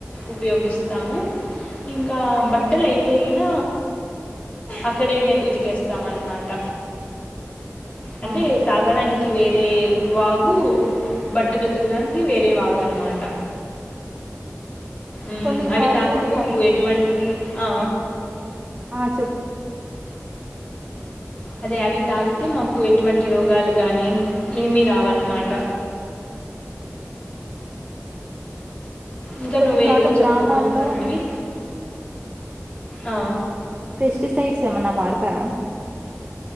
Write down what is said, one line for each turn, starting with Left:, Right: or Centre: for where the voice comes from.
Left: ఉపయోగిస్తాము ఇంకా బట్టలు అయితేిన అక్కడే ఉతికేస్తాంన్నమాట
Right: ఆ!
Left: అంటె తాగడానికి వేరే వాగు బట్టలు ఉతకడానికి వేరే వాగన్నమాట ఉ
Right: కొన్నిసార్లు
Left: అవి తాగితే మాకు ఎటువంటి ఆ
Right: ఆ చెూ
Left: అదే అవి తాగితే మాకు ఎటువంటి రోగాలు గాని ఏమిీ రావన్నమాట ఇంకా
Right: కొన్నిసార్లు
Left: నువ్వేదో
Right: గ్రామాల్లో
Left: చెప్పబోతాంటివి ఆ
Right: పెస్టిసైడ్స్ ఏమన్నా వాడతారా